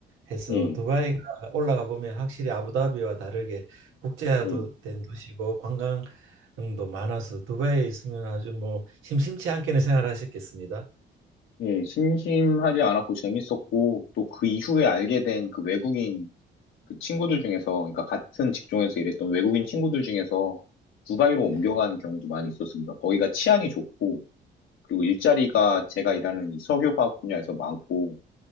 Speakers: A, on the right; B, on the left.
A: 해서
B: 예,
A: 두바이가 올라가 보면 확실히 아부다비와 다르게 국제화도
B: 예,
A: 된 도시고 관광도 많아서 두바이에 있으면 아주 뭐 심심치 않게는 생활하셨겠습니다.
B: 예. 심심하지 않았고 재밌었고 또 그 이후에 알게 된 그 외국인 그 친구들 중에서, 그러니까 같은 직종에서 일했던 외국인 친구들 중에서 두바이로
A: 네,
B: 옮겨가는 경우도 많이 있었습니다. 거기가 치안이 좋고, 그리고 일자리가 제가 일하는 이 석유화학 분야에서 많고,